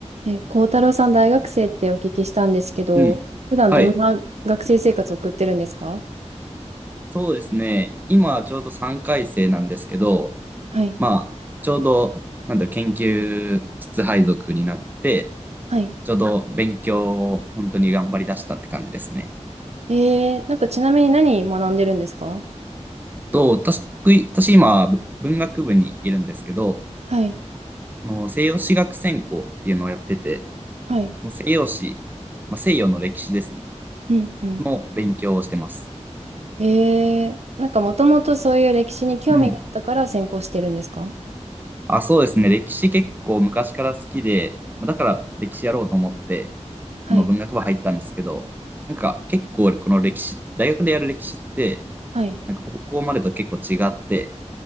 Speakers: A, on the right; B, on the right.
A: え、幸太郎さん、大学生ってお聞きしたんですけど、
B: うん。
A: 普段どんな学生生活を送ってるんですか
B: はい。そうですね。今ちょうど3回生なんですけど、
A: はい。
B: まあ、ちょうど、なんだろう、研究室配属になって、
A: はい。
B: ちょうど勉強を本当に頑張り出したって感じですね。
A: えー、なんかちなみに何学んでるんですか
B: と、私、私今、ぶ文学部にいるんですけど、
A: はい。
B: あの西洋史学専攻っていうのをやってて、
A: はい。
B: 西洋史、まあ、西洋の歴史ですね、
A: うん、うん。
B: の勉強をしてます。
A: えー、なんかもともとそういう歴史に興味があったから専攻してるんですか
B: うん。あ、そうですね。歴史結構昔から好きで、だから歴史やろうと思って、
A: はい。
B: まあ、文学部入ったんですけど、なんか結構この歴史、大学でやる歴史って、
A: はい。
B: なんか高校までと結構違って、